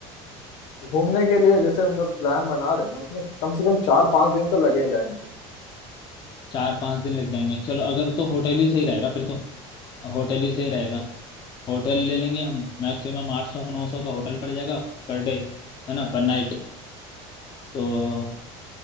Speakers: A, on the left; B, on the left.
A: घूमने के लिए जैसे हम लोग प्लान बना रहे हैं उसमें कम से कम चार पांच दिन तो लगे ही जाएंगे
B: चार पांच दिन लग जाएंगे चलो अगर तो होटल ही सही रहेगा फिर तो होटल ही सही रहेगा होटल ले लेंगे हम मैक्सिमम आठ सौ नौ सौ का होटल पड़ जाएगा पर डे है ना पर नाइट तो